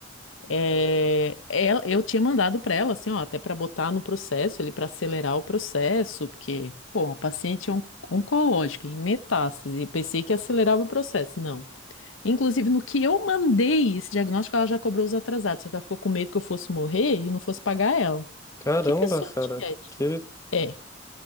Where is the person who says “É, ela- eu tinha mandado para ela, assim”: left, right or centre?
Left